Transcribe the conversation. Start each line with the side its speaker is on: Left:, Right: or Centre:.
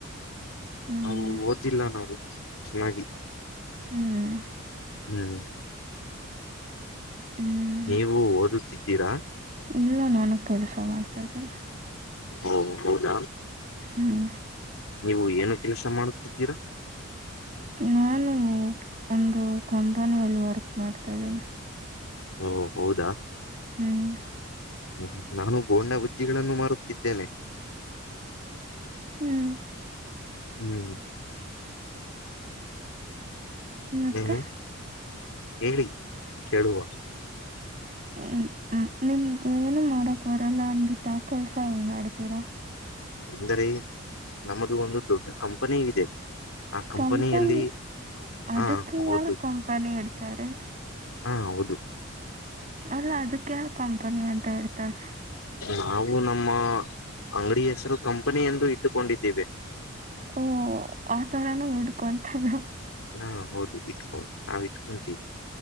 Right: ಹ್ಮ್
Left: ನಾವು ಓದಿಲ್ಲ ನಾವು ಚೆನ್ನಾಗಿ
Right: ಹ್ಮ್
Left: ಹ್ಮ್
Right: ಹ್ಮ್
Left: ನೀವು ಓದುತ್ತಿದ್ದೀರಾ
Right: ಇಲ್ಲ ನಾನು ಕೆಲಸ ಮಾಡ್ತಾ ಇದ್ದೀನಿ
Left: ಹ ಹೌದ
Right: ಹ್ಮ್
Left: ನೀವು ಏನು ಕೆಲಸ ಮಾಡುತ್ತಿದ್ದೀರಾ
Right: ನಾನು ಒಂದು ಕಂಪನಿಯಲ್ಲಿ ವರ್ಕ್ ಮಾಡ್ತಾ ಇದ್ದೀನಿ
Left: ಓ ಹೌದಾ
Right: ಹ್ಮ್
Left: ಹ್ಮ ನಾನು ಬೋಂಡಾ ಬಜ್ಜಿಗಳನ್ನು ಮಾರುತ್ತಿದ್ದೇನೆ
Right: ಹ್ಮ್
Left: ಹ್ಮ್
Right: ಮತ್ತೆ
Left: ನನು ಕೆಡಿ ಕೆಡುವ
Right: ಹ್ಮ್ಮ ನಿಮ್ಗ ಏನು ಮಾಡಕ್ ಬರಲ್ಲ ಅನ್ಬಿಟ್ಟ ಕೆಲ್ಸ ಏಂಗ ಮಾಡ್ತೀರಾ
Left: ಅಂದರಿ ನಮ್ಮದು ಒಂದು ದೊಡ್ಡ ಕಂಪನಿ ಇದೆ ಆ ಕಂಪನಿಯಲ್ಲಿ
Right: ಕಂಪನಿ ಅದಕ್ಕೆ
Left: ಹಾ ಹೌದು
Right: ಯಾರು ಕಂಪನಿ ಇಡ್ತಾರೆ
Left: ಹಾ ಹೌದು
Right: ಅಲ್ಲ ಅದಕ್ಕೆ ಯಾವ ಕಂಪನಿ ಅಂತ ಹೇಳ್ತಾರೆ
Left: ನಾವು ನಮ್ಮ ಅಂಗಡಿ ಹೆಸರು ಕಂಪನಿ ಎಂದು ಇಟ್ಟುಕೊಂಡಿದ್ದೀವೆ
Right: ಓ ಆತರಾನೂ ಹಿಡ್ಕೊಂತಾನ
Left: ಹಾ ಹೌದು ಇಟ್ಕೊಂಡು ನಾವ್ ಇಟ್ಕೊಂತೀವಿ